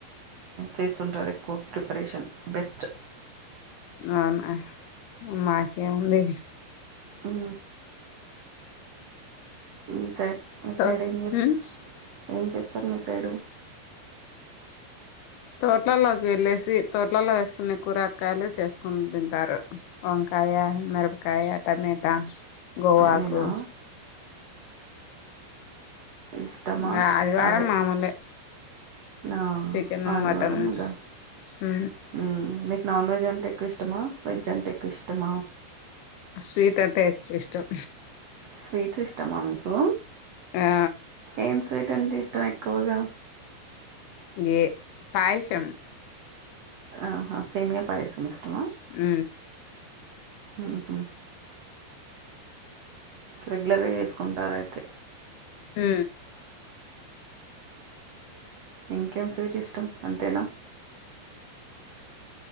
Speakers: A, on the right (about 85°); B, on the left (about 75°).
A: చేస్తుంటారు ఎక్కువ ప్రిపరేషన్ చేస్తుంటారు బెస్ట్
B: అవునా మాకేముంది
A: ఉ మీ సైడ్ మీ
B: తో
A: సైడ్ ఏం చేస్త
B: ఉమ్
A: ఏం చేస్తారు మీ సైడు
B: తోట్లలోకి వెళ్లేేసి తోట్లలో వేసుకునే కూరక్కయలు చేసుకుని తింటారు వంకాయ మిరపకాయ టమేటా <unintelligible>
A: అవేనా
B: కు
A: ఇష్టమా
B: ఇంగ అదివారం
A: అవే
B: మామూలే
A: ఆ
B: చికెను
A: ఆదివారం
B: మటను
A: ఇగ
B: హు
A: మ్మ్ మీకు నాన్ వెజ్ అంటే ఎక్కువ ఇష్టమ వెజ్ అంటే ఎక్కువ ఇష్టమ
B: స్వీట్ అంటే ఎక్కువ ఇష్టం
A: స్వీట్స్ ఇష్టమ మీకు
B: ఆ
A: ఏం స్వీట్ అంటే ఇష్టం ఎక్కువగ
B: ఏ పాయసం
A: ఆహ సెమీయా పయసం ఇష్టమ
B: ఉ
A: ఆహా రెగ్యులర్గ చేసుకుంటారు అయితే
B: ఉ
A: ఇంకేం స్వీట్ ఇష్టం అంతేన